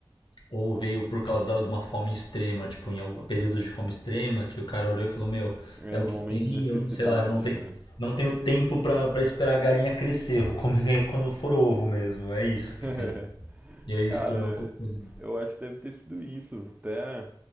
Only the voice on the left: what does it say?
ou veio por causa da- de uma fome extrema, tipo, em algum, períodos de fome extrema, que o cara olhou e falou, meu,
é o
que
tem,
eu não sei lá, eu não tenho,
não tenho tempo pra pra esperar a galinha crescer, vou comer é quando for ovo mesmo, é isso
que tem. E aí
se tornou um costume.